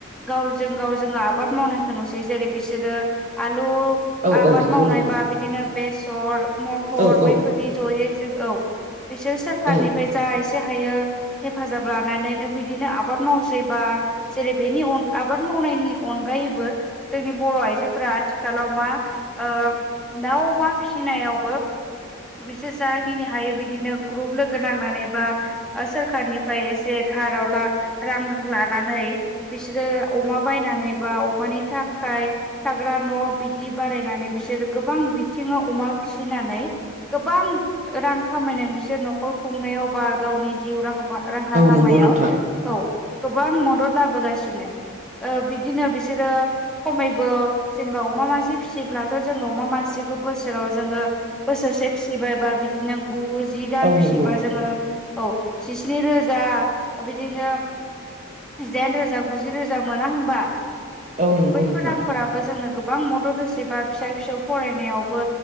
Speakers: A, in the centre; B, on the right (about 35°).
A: गावजों जो आबाद मावनायखौ नुसै जेरै बिसोर आलु
B: औ औ
A: आबाद
B: नंगौ
A: मावनायबा
B: नोंथां
A: बिदिनो बेसर मथर
B: औ
A: बैफोरनि जयै औ बिसोर सोरखारनिफ्राय
B: औ
A: जा एसे हायो हेफाजाब लानानैनो बिदिनो आबाद मावसैबा जेरै बेनि अन आबाद मावनायनि अनगायैबो जोंनि बर' आइजोफोरा आथिखालाव मा ओ दाउ मा फिसि नायावबो बिसोर जाखिनि हायो बिदिनो ग्रुप लोगो नांनानै बा सोरखारनिफ्राय एसे थाराव रां लानानै बिसोरो अमा बायनानै बा अमानि थाखाय थाग्रा न' बिदि बानायनानै बिसोरो गोबां बिथिङाव अमा फिसिनानै गोबां रां खामायनानै बिसोर न'खर खुंनायाव बा गावनि जिउ राहा राहा लामायाव
B: नंगौ नोंथां
A: औ गोबां मद'द लाबोगासिनो। ओ बिदिनो बिसोरो खमैबो जेनेबा अमा मासे फिसियोब्लाथ' जोङो अमा मासे बोसोराव जोङो बोसोरसे फिसिबायबा बिदिनो गु जि दान
B: औ
A: फिसिबा
B: नंगौ
A: जोङो औ जिस्नि रोजा बिदिनो जिदाइन रोजा गुजि रोजा मोना होनोमबा
B: औ नंगौ
A: बैफोर
B: नोंथां
A: रांफोराबो जोंनो गोबां गोबां मद'द होसैबा फिसा फिसौ फरायनायावबो